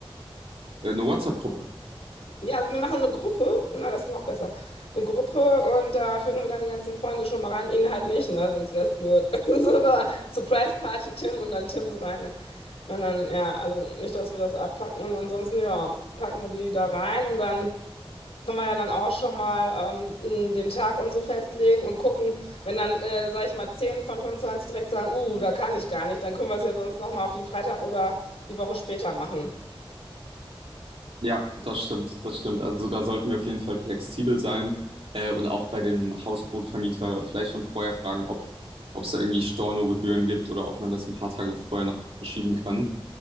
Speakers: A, on the right; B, on the left.
A: äh, eine WhatsApp-Gruppe.
B: Ja, also wir machen eine Gruppe, genau, das ist noch besser. Eine Gruppe und da fügen wir dann die ganzen Freunde schon mal rein, ihn halt nicht, ne? Sonst wäre es blöd. <laughs> So, Aber Surprise Party Tim und dann Tims rein. Ne? Und dann, ja, also nicht, dass wir das abfacken und ansonsten, ja, packen wir die da rein und dann können wir ja dann auch schon mal ähm, den Tag und so festlegen und gucken, wenn dann, äh, sag ich mal, 10 von 25 direkt sagen, uh, da kann ich gar nicht, dann können wir es ja sonst nochmal auf den Freitag oder die Woche später machen.
A: Ja, das stimmt, das stimmt. Also da sollten wir auf jeden Fall flexibel sein äh, und auch bei dem Hausbootvermieter vielleicht schon vorher fragen, ob ob es da irgendwie Stornogebühren gibt oder ob man das ein paar Tage vorher noch verschieben kann,